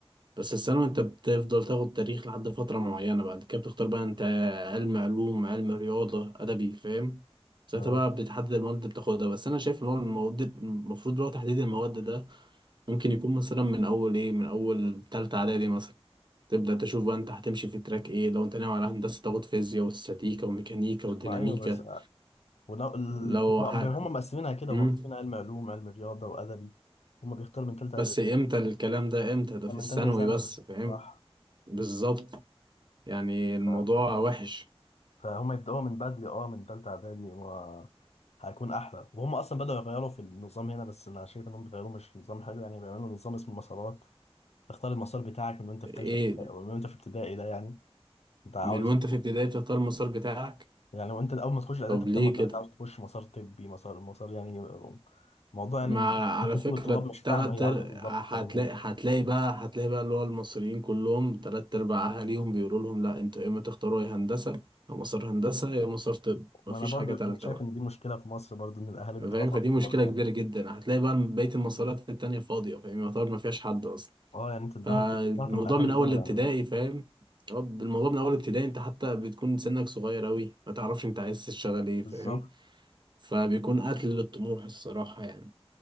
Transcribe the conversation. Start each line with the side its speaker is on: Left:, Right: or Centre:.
Right: بس الثانوي انت بتفضل تاخد تاريخ لحد فترة معينة بعد كده بتختار بقى انت علم علوم علم رياضة ادبي فاهم ساعتها
Left: تمام
Right: بقى بتحدد المواد اللي بتاخدها بس انا شايف ان هو المواد المفروض اللي هو تحديد المواد ده ممكن يكون مثلا من اول ايه من اول تالتة اعدادي مثلا تبدأ تشوف بقى انت هتمشي في تراك ايه لو انت ناوي على هندسة تاخد فيزياء واستاتيكا وميكانيكا وديناميكا
Left: ما أيوه بس ونا... ال...
Right: لو
Left: هم
Right: ح...
Left: هم مقسمينها كده
Right: مم.
Left: هم مقسمين علم علوم علم رياضة وأدبي هم بيختاروا من تالتة
Right: بس امتى الكلام ده امتى ده
Left: من
Right: في الثانوي
Left: تانية ثانوي
Right: بس فاهم
Left: صح
Right: بالظبط يعني الموضوع
Left: ف...
Right: وحش
Left: فهم يبدأوها من بدري اه من تالتة إعدادي و... هيكون أحلى وهم أصلا بدأوا يغيروا في النظام هنا بس أنا شايف إنهم بيغيروا مش نظام حلو يعني بيعملوا نظام اسمه مسارات تختار المسار بتاعك من وأنت
Right: ايه
Left: في تالتة ابتدائي
Right: ده
Left: أو من وأنت في ابتدائي ده يعني أنت عاوز
Right: من وانت
Left: تكون-
Right: في ابتدائي بتختار المسار بتاعك
Left: يعني لو أنت أول ما تخش الإعدادي
Right: طب
Left: تختار
Right: ليه
Left: مسار
Right: كده
Left: أنت عاوز تخش مسار طبي مسار مسار يعني آه، موضوع يعني
Right: مع
Left: ممكن
Right: على فكرة
Left: كل الطلاب
Right: التلات
Left: مش فاهمة هي
Right: تر-
Left: عاوزة إيه بالظبط
Right: هتلاقي
Left: حاليا
Right: هتلاقي بقى هتلاقي بقى اللي هو المصريين كلهم تلات أرباع أهاليهم بيقولوا لهم لا انتوا يا إما تختاروا يا هندسة يا مسار هندسة يا مسار طب
Left: ما
Right: مفيش
Left: انا برضو
Right: حاجة تالتة
Left: انا شايف
Right: بقى
Left: ان دي مشكله في مصر برضو ان الاهالي
Right: فاهم
Left: بيضغطوا
Right: فدي
Left: على الطلاق
Right: مشكلة
Left: جامد
Right: كبيرة جدا هتلاقي بقى بقية المسارات التانية فاضية فاهم يعتبر مفيهاش حد أصلا
Left: اه يعني انت الضغط
Right: فالموضوع
Left: الضغط من الاهالي
Right: من اول
Left: جامد
Right: ابتدائي
Left: على
Right: فاهم هو الموضوع من اول ابتدائي انت حتى بتكون سنك صغير اوي ما تعرفش انت عايز تشتغل ايه
Left: بالظبط
Right: فاهم فبيكون قتل للطموح الصراحة يعني